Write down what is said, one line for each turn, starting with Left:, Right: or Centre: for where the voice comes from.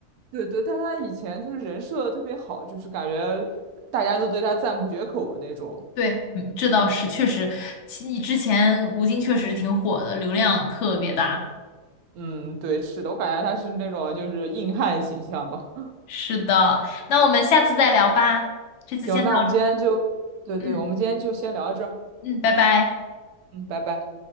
Right: 对对，但他以前就是人设特别好，就是感觉大家都对他赞不绝口的那种。
Left: 对，嗯这倒是确实，其之前吴京确实挺火的，流量特别大。
Right: 嗯，对，是的，我感觉他是那种就是硬汉形象吧。<laughs>
Left: 是的，那我们下次再聊吧，这次先到
Right: 行，那我们今天就，对对，
Left: 这儿，嗯
Right: 我们今天就先聊到这儿。
Left: 嗯，拜拜。
Right: 嗯，拜拜。